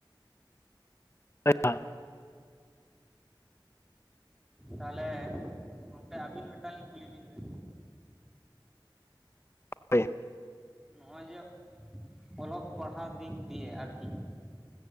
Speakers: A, on the left; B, in the centre.
A: ᱦ <unintelligible>
B: ᱛᱟᱦᱮᱞᱮ ᱜᱚᱝᱠᱮ ᱟᱹᱵᱤᱱ ᱢᱤᱫᱴᱟᱝ ᱞᱤᱧ ᱠᱩᱞᱤ ᱵᱤᱱ ᱜᱮ
A: ᱦᱳᱭ
B: ᱱᱚᱜᱼᱚᱭ ᱡᱮ ᱚᱞᱚᱜ ᱯᱟᱲᱦᱟᱣ ᱫᱤᱠ ᱫᱤᱭᱮ ᱟᱨᱠᱤ